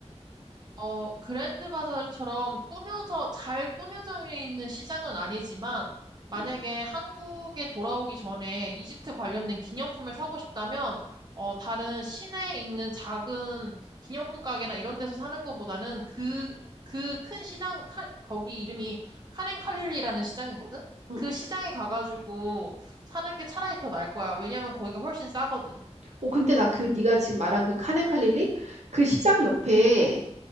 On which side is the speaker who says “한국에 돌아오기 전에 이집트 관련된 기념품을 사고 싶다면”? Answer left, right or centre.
Right